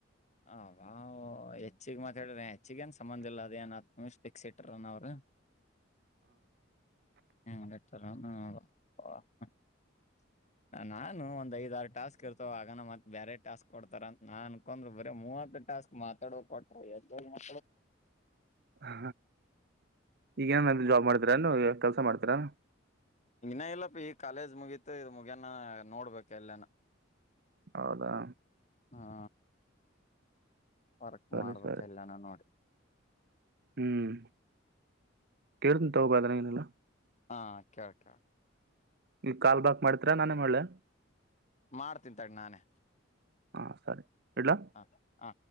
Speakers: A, on the left (about 40°); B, on the right (about 55°).
A: ಹ ಬಾ್ ಹೆಚ್ಚಿಗೆ ಮಾತಾಡಿದ್ರ ಹೆಚ್ಚಿಗೇಏನ್ ಸಂಬಂಧ ಇಿಲ್ಲ ಅದೇಏನ್ ಹತ್ ನಿಮಿಷ ಿಕ್ಸ್ ಇಟ್ರನ ಅವ್ರರು ಹ್ಮ್ತ ಹ್ಮ ನಾನು ಒಂದ್ ಐದಾರು ಟಾಸ್ಕ್ ಇರ್ತವ ಆಗನ ಮತ್ತ ಬೇರೆ ಟಾಸ್ಕ್ ಕೊಡ್ತಾರ ನಾನ್ ಅನ್ಕೊಂಡ್ ಬರ ಮೂ ಆಂತ ಾಸ್ಕ್ ಮಾತಾಡವೋ ಕೊಟ್ಟ ಮಾ
B: ಹಾ ಈಗೇನ ಜಾಬ್ ಮಾಡ್ತರ ಕೆಲಸ ಮಾಡ್ತರಾ
A: ಇಂಗನ ಇಲ್ಲಪ್ಪ ಈ ಕಾಲೇಜ್ ಮುಗೀತು ಇ ಮುಗಿಯಾನ ನೋಡ್ಬೇಕ ಎಲ್ಲೇನ
B: ಹೌದಾ
A: ಹಾ ವರ್ಕ್
B: ಸರಿ
A: ಮಾಡ್ಬೇಕ
B: ಸರಿ
A: ಎಲ್ಲ ನಾ ನೋಡಿ
B: ಹ್ಮ್ ಕೆರ್ ಹೋಗಾದ್ರೆ ಲ್ಲ
A: ಹಾ ಕಳ್ ಕ
B: ಈ ಕಾಲ್ ಬ್ಯಾಕ್ ಮಾಡತ್ರರ ನಾನೇ ಮಾಡಲಾ
A: ಮಾಡ್ತೀನಿ ತಡಿ ನಾನೇ
B: ಹಾ ಸರಿ ಇಡ್ಲಾ?
A: ಹ ಹಾ